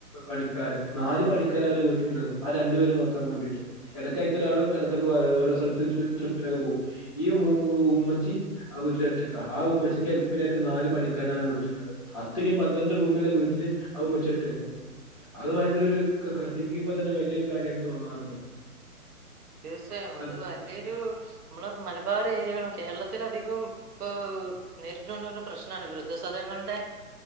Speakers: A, on the left; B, on the right.
A: പണിക്കാര് നാല് പണിക്കാര് അവരേ വീട്ടിലുള്ളത്. ആ രണ്ടുപേരെ നോക്കാവേണ്ടിട്ട് ഇടയ്ക്കയിത്തൊരാള് ഇടക്കടക്ക് ഓരോ സ്ഥലത്ത് ട്രിപ്പിനൊക്കെ പോവും ഈ ഉമ്മച്ചി ആ വീട്ടില് ഒറ്റയ്ക്ക ആ ഉമ്മച്ചിക്ക് എല്പിനായിട്ട് നാല് പണിക്കാരനാണ് ആ വീട്ടില് അത്തിരിം പന്ത്രണ്ട് റൂമില്ല വീട്ടില് ആ ഉമ്മച്ചി ഒറ്റക്ക അത് ഭയങ്കര ഒരു തിങ് ചെയുമ്പോ തന്നെ വല്യോരു കാര്യമായിട്ട് തോന്നാറുണ്ട്
B: തീർച്ചയായും
A: സത്
B: അത് വലിയൊരു
A: ഉം
B: മ്മളെ മലബാറ് ഏരിയകള കേരളത്തിലധികും ഇപ്പൊ നേരിട്ട് കൊണ്ട് വരുന്ന പ്രശ്നാണ് വൃദ്ധസദനങ്ങളുടെ